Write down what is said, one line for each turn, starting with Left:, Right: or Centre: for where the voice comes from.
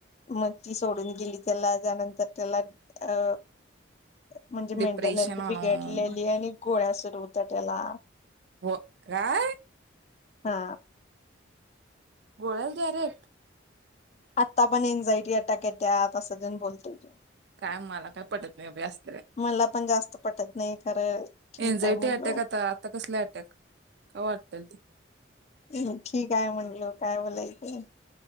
Left: मती सोडून गेली त्याला त्यानंतर त्याला अ म्हणजे
Right: डिप्रेशन
Left: मेंटल हेल्थ
Right: आलं
Left: बिघडलेली आहे आणि गोळ्या सु तर उतटेला
Right: हो काय
Left: हा
Right: गोळल डायरेक्ट
Left: आता पण एनझायटी अटॅक येत्यात असतेन बोलतोय तो
Right: काय मला काय पटत नाही बई असल काय
Left: मला पण जास्त पटत नाही खरं ठीक
Right: एनझायटी
Left: आहे म्हणलो
Right: अटॅक आता आता कसला अटॅक काय वाटतल ते
Left: हम् ठीकय म्हणलो काय बोलायचं